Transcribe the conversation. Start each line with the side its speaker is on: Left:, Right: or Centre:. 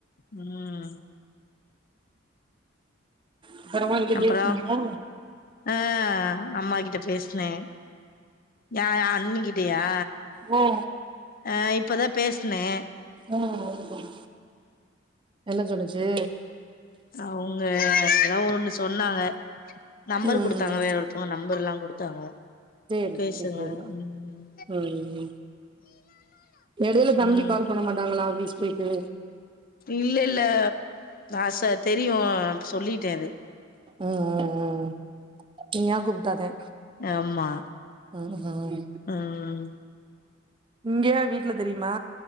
Left: ம்
Right: அப்பறமா இங்க
Left: அப்ரோ
Right: பேசுனமா
Left: அ அம்மா கிட்ட பேஸ்னே யா ஏ அன்னிகிட்டயா
Right: ஆ
Left: அ இப்பதா பேஸ்னே
Right: ம் என்ன சொன்னுச்சு
Left: அவுங்க எதா ஒண்ணு சொன்னாங்க நம்பரு
Right: ம்
Left: குடுத்தாங்க வேற ஒருத்தங்க நம்பர்லா குடுத்தாங்க
Right: சேரி
Left: பேசுங்க
Right: சேரி சேரி
Left: ம்
Right: ம்ம் எடைல தம்பி
Left: ம்
Right: கால் பண்ண மாட்டாங்களா ஆபீஸ் போய்ட்டு
Left: இல்ல இல்ல நா ச தெரியு சொல்லிட்டே அது
Right: ம் ம் ம் ம் நீயா கூப்ட்டாதே
Left: ஆமா
Right: ம் ம்
Left: ம்
Right: இங்க வீட்டுல தெரிமா